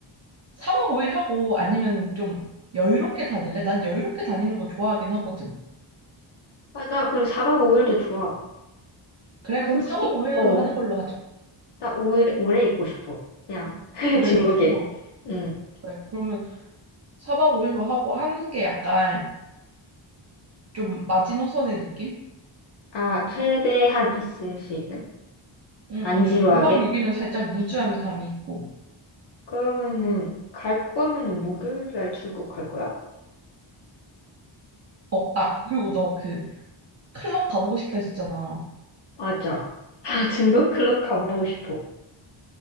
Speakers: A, on the right; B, on the left.
A: 4박 5일 하고 아니면 좀 여유롭게 다닐래? 난 여유롭게 다니는 거 좋아하긴 하거든.
B: 아, 나 그럼 4박 5일도 좋아.
A: 그래,
B: 나
A: 그럼
B: 솔직히,
A: 4박 5일로
B: 어.
A: 하는 걸로 하자.
B: 나 5일, 오래 있고 싶어. 그냥, <laughs>
A: 오래
B: 중국에.
A: 있고 싶어.
B: 응.
A: 그래, 그러면 4박 5일로 하고 하는 게 약간 좀 마지노선의 느낌?
B: 아, 최대한 있을 수 있는?
A: 응,
B: 안
A: 응.
B: 지루하게?
A: 5박 6일은 살짝 무주한 감이 있고.
B: 그러면은, 갈 거면은 목요일 날 출국 갈 거야?
A: 어, 아, 그리고 너 그 클럽 가보고 싶다 했었잖아.
B: 맞아. 아, <laughs> 중국 클럽 가보고 싶어.